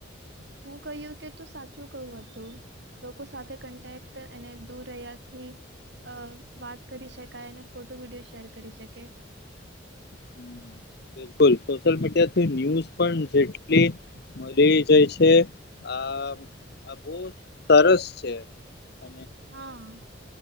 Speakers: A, on the right; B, on the left.
A: હું કહ્યું કે તું સાચું કઉ હતું લોકો સાથે કન્ટેક્ટ અને દૂર રહ્યાથી અ વાત કરી શકાય અને ફોટો વિડીયો શેર કરી શકે.
B: હમ બિલકુલ સોશિયલ મીડિયાથી ન્યૂઝ પણ જેટલી મળી જાય છે. આ આ બો સરસ છે અ
A: હા.